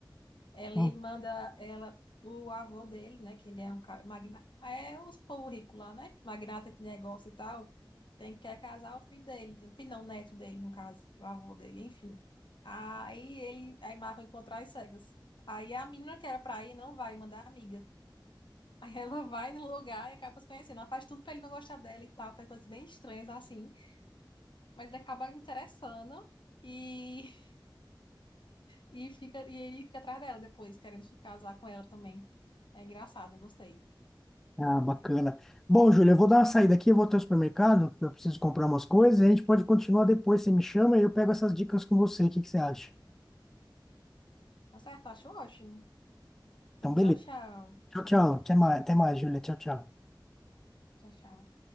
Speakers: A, on the left; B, in the centre.
A: Ela
B: Hum.
A: irmã da, ela, o avô dele, né? Que ele é um cara, magnata, é os povo rico lá, né? Magnata de negócio e tal. Tem que quer casar o filho dele, o filho não, o neto dele, no caso, o avô dele, enfim. Aí ele, aí marca encontrar as cegas. Aí a menina que era pra ir não vai, mandar amiga. Aí ela <laughs> vai no lugar e acaba se conhecendo. Ela faz tudo pra ele não gostar dela e tal, faz coisas bem estranhas assim. Mas ele acaba interessando e E, fica, e ele fica atrás dela depois, querendo se casar com ela também. É engraçado, eu gostei.
B: Ah, bacana. Bom, Júlio, eu vou dar uma saída aqui, eu vou até o supermercado, eu preciso comprar umas coisas, e a gente pode continuar depois, você me chama e eu pego essas dicas com você, o que que você acha?
A: Tá certo, acho ótimo.
B: Então,
A: Então,
B: beleza.
A: tchau, tchau.
B: Tchau, tchau. Até mais, até mais, Júlia. Tchau, tchau.
A: Tchau, tchau.